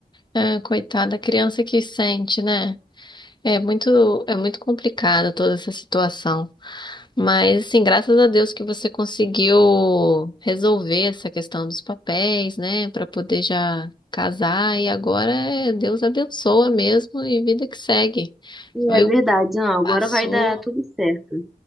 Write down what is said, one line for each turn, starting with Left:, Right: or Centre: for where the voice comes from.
Left: Ah, coitada, a criança que sente, né? É muito, é muito complicada toda essa situação. Mas, assim, graças a Deus que você conseguiu resolver essa questão dos papéis, né? Pra poder já casar. E agora é Deus abençoa mesmo e vida que segue.
Centre: É
Left: Foi
Centre: verdade,
Left: um
Centre: não, agora
Left: passou.
Centre: vai dar tudo certo.